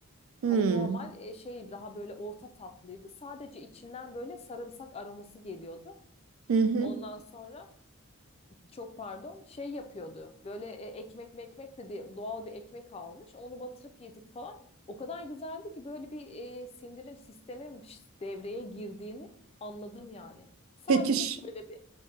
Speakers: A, on the right; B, on the left.
A: Hmm.
B: Hani normal e, şey daha böyle orta tatlıydı. Sadece içinden böyle sarımsak aroması geliyordu.
A: Hı hı.
B: Ondan sonra çok pardon şey yapıyordu. Böyle e, ekmek mekmek de diye doğal bir ekmek almış. Onu batırıp yedik falan. O kadar güzeldi ki böyle bir e, sindirim sistemin devreye girdiğini anladım yani. Sadece
A: Peki ş-
B: şöyle bir